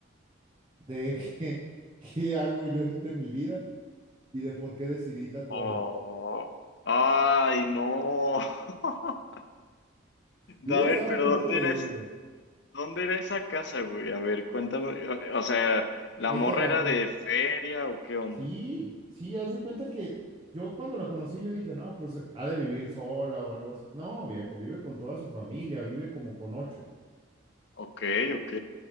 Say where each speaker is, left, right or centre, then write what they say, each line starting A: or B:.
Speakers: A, on the right (about 20°); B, on the left (about 55°).
A: de <laughs> qué, qué hago yo en- de mi vida y de por qué decidí tatuarme.
B: Oh. Ay, no. <laughs>
A: Yo
B: A
A: ya
B: ver,
A: estaba
B: pero
A: a punto
B: ¿dónde
A: de
B: era,
A: irme.
B: es- dónde era esa casa, güey? A ver, cuéntame. O o sea, ¿la
A: Ahí
B: morra
A: te va
B: era
A: con...
B: de feria o qué onda?
A: Sí, sí, haz de cuenta que yo cuando la conocí yo dije, no, pues ha de vivir sola o algo así. No, viejo, vive con toda su familia, vive como con ocho.
B: Ok, ok.